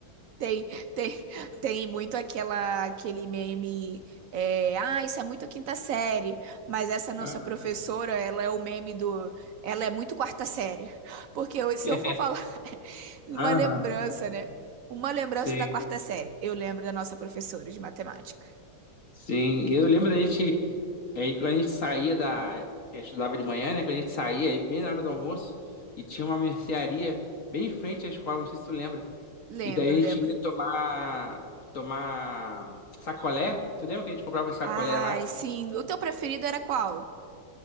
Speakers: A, on the right; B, on the left.
A: Tem, tem, tem muito aquela, aquele meme, é, ah, isso é muito quinta série, mas essa nossa
B: Ah,
A: professora, ela é o meme do, ela é muito quarta série, porque eu- se
B: é,
A: eu for falar <laughs> uma
B: aham,
A: lembrança, né, uma lembrança
B: sim,
A: da quarta série, eu lembro da nossa professora de matemática,
B: sim. E Eu lembro da gente, aí quando a gente saía da, eu estudava de manhã, né? Quando a gente saía, aí bem na hora do almoço, e tinha uma mercearia bem em frente à escola, não sei se tu lembra.
A: lembro,
B: E daí
A: lembro,
B: a gente ia tomar, tomar sacolé. Tu lembra que a gente comprava um sacolé
A: ai,
B: lá?
A: sim, o teu preferido era qual?